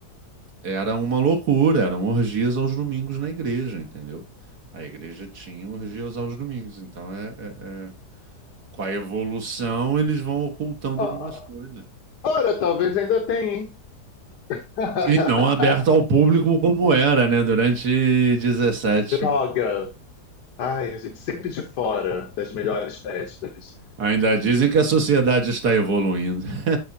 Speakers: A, on the right; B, on the left.
A: era uma loucura, eram orgias aos domingos na igreja, entendeu? A igreja tinha orgias aos domingos, então é, é- é- com a evolução eles vão ocultando
B: Ah,
A: algumas coisas.
B: ora, talvez ainda tenha, hein? <laughs>
A: E não aberto ao público como era, né, durante 17.
B: Droga! Ai, a gente sempre de fora das melhores festas.
A: Ainda dizem que a sociedade está evoluindo. <laughs>